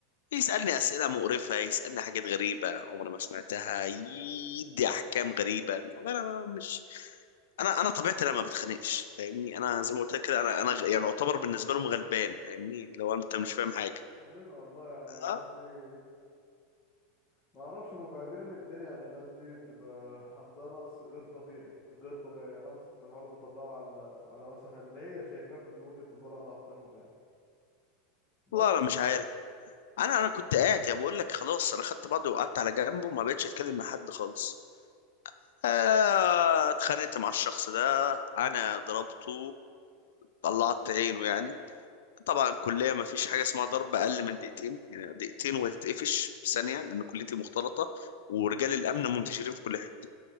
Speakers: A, on the left; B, on the left.
A: يسألني أسئلة مقرفة يسألني حاجات غريبة عمري ما سمعتها يدي أحكام غريبة والله أنا ما- مش أنا أنا طبيعتي أنا ما بتخانقش فاهمني أنا زي ما قلت لك كده أنا أنا غ- يعني أعتبر بالنسبة لهم غلبان فاهمني لو أنت مش فاهم حاجة
B: كلنا والله يعني الناس
A: أه
B: دي ما اعرفش هم بيعزيني من الدنيا يعني الناس دي بتبقى عندها نقص غير طبيعي غير طبيعي نقص فبتحاول تطلعه على على مثلا اللي هي شايفاه من وجهة نظرها اضعف منهم يعني بس
A: والله أنا
B: ف
A: مش عارف أنا أنا كنت قاعد يا بقول لك خلاص أنا خدت بعضي وقعدت
B: مم.
A: على جنبه وما بقتش أتكلم مع حد خالص آه، اتخانقت مع الشخص ده أنا ضربته طلعت عينه يعني طبعا الكلية
B: مم.
A: ما فيش حاجة اسمها ضرب أقل من دقيقتين يعني دقيقتين وهتتقفش في ثانية لأن كليتي مختلطة ورجال
B: مم.
A: الأمن منتشرين في كل حتة